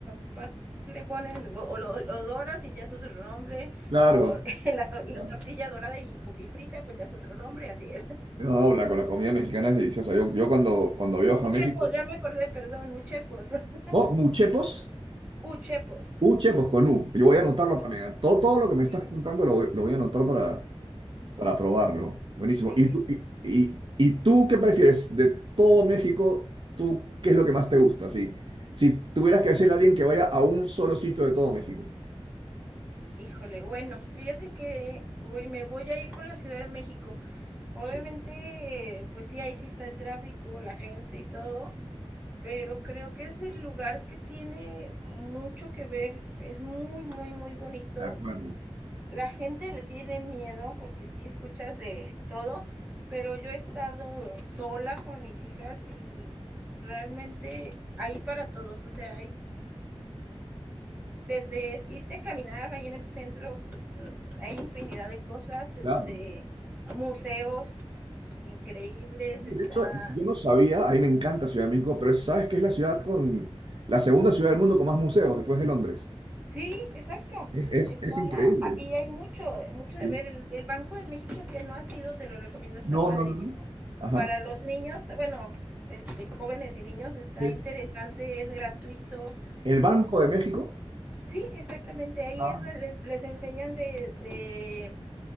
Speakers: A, on the right; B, on the right.
A: nomás le ponen, lo, o lo, lo doras y ya es otro nombre,
B: claro.
A: o <laughs> la, to- la
B: claro.
A: tortilla dorada y, co- y frita, pues ya es otro nombre, así es.
B: No, la, la comida mexicana es deliciosa. Yo, yo cuando, cuando viajo
A: Uchepos,
B: a México,
A: ya me acordé, perdón, uchepos. <laughs>
B: ¿no? muchepos,
A: Uchepos.
B: muchepos con U. Yo voy a anotarlo
A: U-
B: también. ¿eh? Todo, todo lo
A: sí,
B: que me estás contando lo, voy- lo voy a anotar para para probarlo. Buenísimo.
A: sí,
B: ¿Y
A: sí,
B: tú,
A: sí.
B: y, y- y tú qué prefieres de todo México? ¿Tú qué es lo que más te gusta? Si, si tuvieras que decirle a alguien que vaya a un solo sitio de todo México.
A: Híjole, bueno, fíjate que voy, me voy a ir con la Ciudad de México. Obviamente,
B: Sí,
A: eh, pues sí, ahí sí está el tráfico, la gente y todo, Pero creo que es el lugar que tiene mucho que ver, es muy, muy, muy bonito.
B: de acuerdo.
A: La gente le tiene miedo porque sí escuchas de todo, pero yo he estado sola con mis hijas y realmente hay para todos, o sea, hay desde irte a caminar ahí en el centro, hay infinidad de cosas, este,
B: Claro.
A: museos increíbles,
B: Sí,
A: está
B: de hecho, yo no sabía, a mí me encanta Ciudad de México, pero sabes que es la ciudad con la segunda ciudad del mundo con más museos después de Londres.
A: Sí, exacto.
B: Es, es,
A: Está,
B: es increíble.
A: ah, y hay mucho, eh, mucho de
B: Sí.
A: ver. El, el Banco de México, si no has ido, te lo recomiendo, está
B: No,
A: padrísimo.
B: no, no, no. Ajá.
A: Para los niños, bueno, este, jóvenes y niños está
B: Sí.
A: interesante, es gratuito.
B: El Banco
A: Es,
B: de México.
A: sí, exactamente, ahí
B: Ah,
A: es, donde les, les enseñan de, de